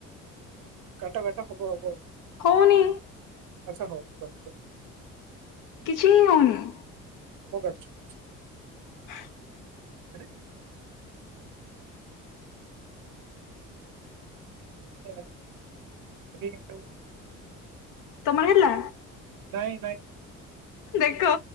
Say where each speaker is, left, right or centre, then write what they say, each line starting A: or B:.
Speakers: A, on the right (about 60°); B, on the left (about 55°).
A: କାଟ କାଟ ହବ ହବ।
B: ହୋଉନି।
A: ଆଚ୍ଛା ହୋଉ ମୁଁ। <unintelligible>
B: କିଛି ହିଁ ହୋଉନି।
A: ହୋଉ ମୁଁ କାଟୁଚି କାଟୁଚି।
B: <inaudible>
A: ଆରେ ଆରେ ଆରେ ଆରେ ଇଏ ଏଣ୍ଡ ହୋଉନି।
B: ତମର ହେଲା।
A: ନାଇଁ ନାଇଁ।
B: ଦେଖ।